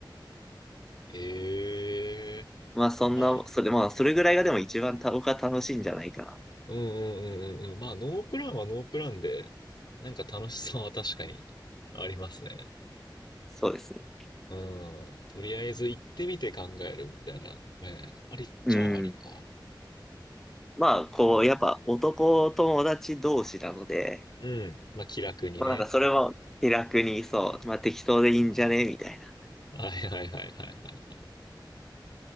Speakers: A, on the left (about 65°); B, in the centre.
A: ええ
B: まあそんな、
A: まあ、
B: それまあそれぐらいがでも一番た僕は楽しいんじゃないかな。
A: うんうんうんうんうん。まあ、ノープランはノープランで、なんか楽しさは確かにありますね。
B: そうですね。
A: うん。とりあえず行ってみて考えるみたいなね。ありっちゃありか。
B: うん。まあこう、やっぱ男友達同士なので、
A: うん。まあ、気楽にね。
B: まあなんかそれも気楽にそう、まあ適当でいいんじゃねみたいな。
A: はいはいはいはいはい。